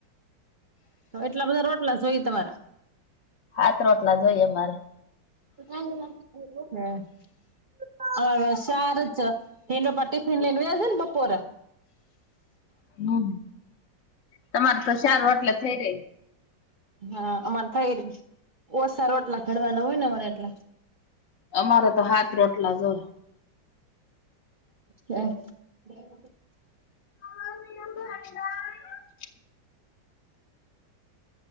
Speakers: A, on the right; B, on the left.
A: એટલા બધા રોટલા જોઈએ તમારે?
B: હાત રોટલા જોઈએ અમારે.
A: હ <unintelligible> હ શાર જ હેનો પપ્પા ટિફિન લઈને વયા જાય ને બપોરે.
B: હમ તમાર તો સાર એટલે થઈ રહી.
A: હા અમારે થઈ રે ઓસા રોટલા ઘડવાના હોય ને અમારે એટલા
B: અમારે તો હાથ રોટલા જ હોય
A: હા <unintelligible>
B: હ <unintelligible>